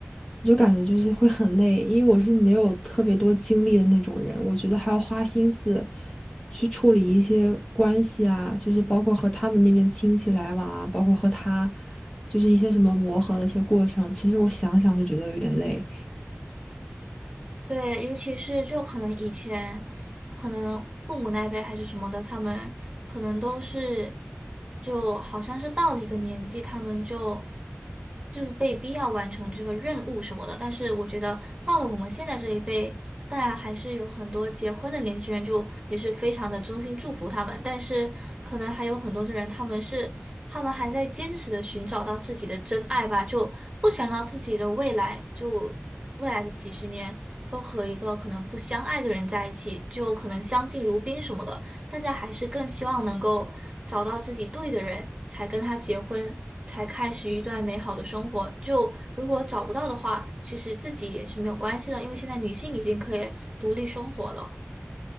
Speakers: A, on the left (about 15°); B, on the right (about 25°).
A: 我就感觉就是会很累，因为我是没有特别多精力的那种人，我觉得还要花心思去处理一些关系啊，就是包括和他们那边亲戚来往啊，包括和他，就是一些什么磨合的一些过程，其实我想想就觉得有点累。
B: 对，尤其是就可能以前，可能父母那一辈还是什么的，他们可能都是，就好像是到了一个年纪，他们就就是被逼要完成这个任务什么的。但是我觉得到了我们现在这一辈，当然还是有很多结婚的年轻人，就也是非常的衷心祝福他们。但是可能还有很多的人，他们是他们还在坚持的寻找到自己的真爱吧，就不想要自己的未来，就未来的几十年都和一个可能不相爱的人在一起，就可能相敬如宾什么的。大家还是更希望能够找到自己对的人，才跟他结婚，才开始一段美好的生活。就如果找不到的话，其实自己也是没有关系的，因为现在女性已经可以独立生活了。